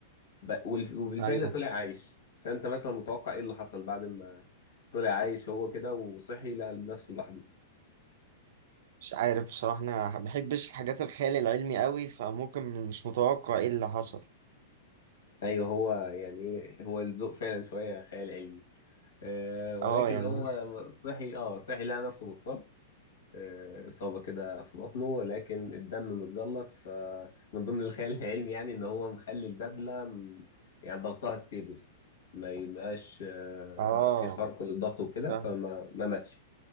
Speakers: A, on the left; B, on the right.
A: ب... والف- وبالفعل
B: ايوه
A: طلع عايش فانت مثلا متوقع ايه اللي حصل بعد ما طلع عايش هو كده وصحي لقى نفسه لوحده
B: مش عارف بصراحه انا ما بحبش الحاجات الخيال العلمي قوي فممكن مش متوقع ايه اللي حصل
A: ايوه هو يعني إيه، هو الذوق فعلا شويه خيال علمي أه ولكن
B: اه يعني
A: هو صحي اه صحي لقى نفسه متصاب آه، إصابة كده في بطنه ولكن الدم متجلط فمن ضمن الخيال العلمي يعني إن هو مخلي البدلة م- يعني ضغطها ستيبل ما يبقاش آه،
B: اه
A: في خرق للضغط وكده
B: فاهم
A: فما ما ماتش